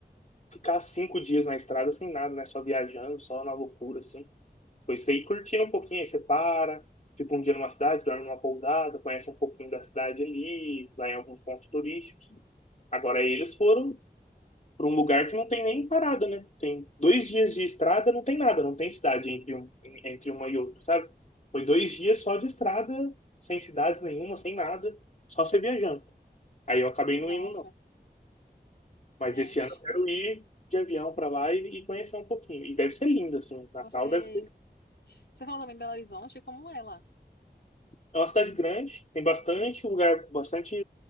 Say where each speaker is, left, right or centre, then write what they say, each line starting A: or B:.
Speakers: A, on the left (about 45°); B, on the left (about 80°).
A: ficar cinco dias na estrada sem nada, né? Só viajando, só na loucura, assim. Depois você ir curtindo um pouquinho, aí você para, tipo um dia numa cidade, dorme numa pousada, conhece um pouquinho da cidade ali, vai em alguns pontos turísticos. Agora eles foram para um lugar que não tem nem parada, né? Tem dois dias de estrada, não tem nada, não tem cidade entre, um, entre uma e outra, sabe? Foi dois dias só de estrada, sem cidades nenhuma, sem nada, só você viajando. Aí eu acabei
B: Nossa,
A: não indo, não. Mas
B: gente.
A: esse ano eu quero ir de avião para lá e, e conhecer um pouquinho. E deve ser lindo, assim. Natal
B: Você,
A: deve ser...
B: você falou também em Belo Horizonte, como é lá?
A: É uma cidade grande, tem bastante lugar, bastante